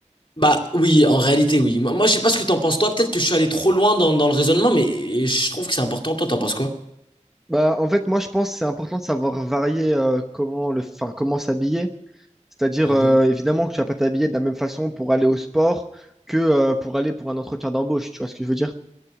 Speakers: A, on the left (about 40°); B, in the centre.
A: Bah oui, en réalité oui. Moi, moi, je sais pas ce que t'en penses toi, peut-être que je suis allé trop loin dans, dans le raisonnement, mais je trouve que c'est important. Toi, t'en penses quoi?
B: Bah, en fait, moi, je pense que c'est important de savoir varier euh, comment le, enfin, comment s'habiller. C'est-à-dire,
A: Mhm,
B: euh, évidemment, que tu vas pas t'habiller de la même façon pour aller au sport que euh, pour aller pour un entretien d'embauche. Tu vois ce que je veux dire?